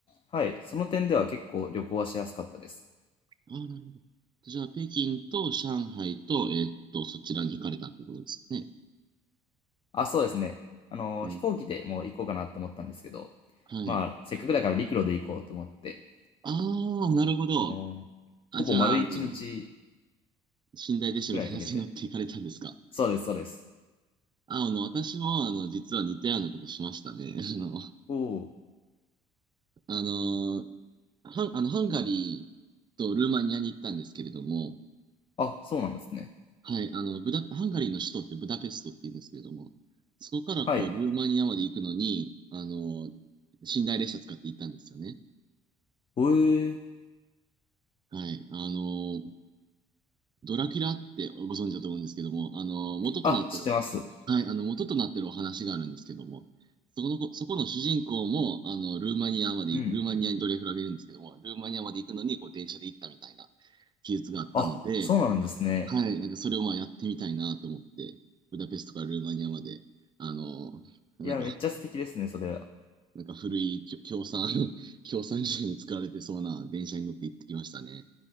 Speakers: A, on the left; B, on the right.
A: はい、その点では結構旅行はしやすかったです。
B: あ、なるほど。じゃあ、北京と上海と、えーっと、そちらに行かれたということですかね。
A: あ、そうですね。あの、
B: えー
A: 飛行機でもう行こうかなと思ったんですけど、
B: はい。
A: まあ、せっかくだから陸路で行こうと思って、
B: ああ、なるほど。
A: その、
B: あ、
A: ほぼ丸一日
B: じゃあ、あの、寝台列車みたいなやつに乗って行かれたんですか。
A: ぐらいかけて。そうです、そうです。
B: あ、あの、私も、あの、実は似たようなことしましたね。<laughs> あの、
A: おお。
B: あの、ハン、あの、ハンガリーとルーマニアに行ったんですけれども、
A: あ、そうなんですね。
B: はい、あの、ブダ、ハンガリーの首都ってブダペストって言うんですけれども、そこからこう、
A: はい。
B: ルーマニアまで行くのに、あの、寝台列車使って行ったんですよね。
A: おえー。
B: はい、あの、ドラキュラってご存知だと思うんですけども、あの、元となってる、
A: あ、知ってます。
B: はい、あの、元となってるお話があるんですけども、そこのこ、そこの主人公も、あの、ルーマニアまで、
A: うん。
B: ルーマニアにドラキュラがいるんですけども、ルーマニアまで行くのに、こう、電車で行ったみたいな記述があったので、
A: あ、そうなんですね。
B: はい、なんかそれをまあやってみたいなと思って、ブダペストからルーマニアまで、あの、なんか、
A: いや、めっちゃ素敵ですね、それは。
B: なんか古いきょ共産、<laughs> 共産時代に使われてそうな電車に乗って行ってきましたね。